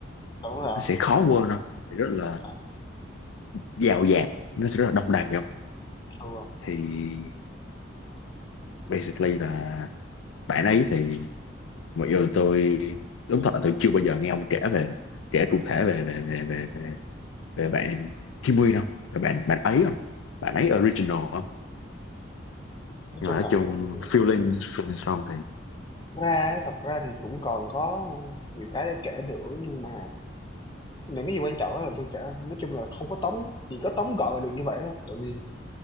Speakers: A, on the left (about 20°); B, on the left (about 80°).
A: đúng rồi
B: nó
A: không
B: sẽ khó quên không Nó sẽ rất là
A: toàn
B: giàu dạt nó sẽ rất là đông đầy không
A: true không
B: thì basically là bạn ấy thì mọi người tôi đúng thật là tôi chưa bao giờ nghe ông kể về kể cụ thể về về về về về, về bạn Kim Nguyên không về bạn bạn ấy không bạn ấy original không
A: nói
B: nhưng
A: chung
B: mà nói
A: là
B: chung
A: cũng
B: feeling
A: ừ.
B: feeling xong thì
A: ra thật ra thì cũng còn có nhiều cái để kể nữa nhưng mà những cái gì quan trọng á là tôi chả nói chung là không có tóm chỉ có tóm gọn là được như vậy thôi tại vì